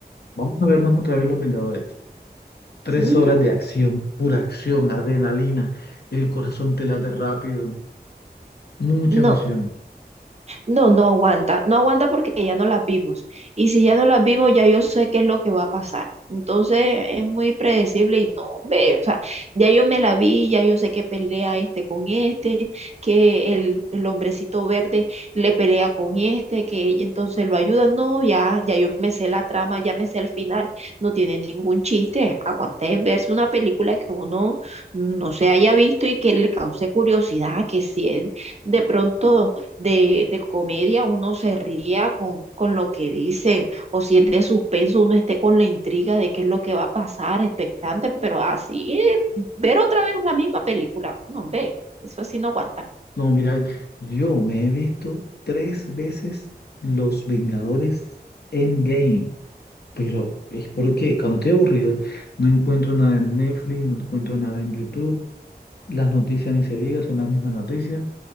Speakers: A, on the left (about 75°); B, on the right (about 40°).
A: Vamos a vernos otra vez Los Vengadores. Tres
B: No,
A: horas de acción, pura acción, adrenalina, el corazón te late rápido, mucha
B: no.
A: emoción.
B: No, no aguanta, no aguanta porque ya no las vimos. Y si ya no las vimos, ya yo sé qué es lo que va a pasar. Entonces es muy predecible y no, hombre, o sea, ya yo me la vi, ya yo sé que pelea este con este, que el, el hombrecito verde le pelea con este, que ella entonces lo ayuda. No, ya, ya yo me sé la trama, ya me sé el final, no tiene ningún chiste. Aguante verse una película que uno no se haya visto y que le cause curiosidad, que si es de pronto de, de comedia, uno se ría con, con lo que dicen, o si es de suspenso, uno esté con la intriga de qué es lo que va a pasar, expectante, pero así, eh, ver otra vez la misma película, no, ve, eso así no aguanta.
A: No, mira, yo me he visto tres veces Los Vengadores Endgame, pero es porque cuando estoy aburrido no encuentro nada en Netflix, no encuentro nada en YouTube, las noticias ni se diga, son las mismas noticias,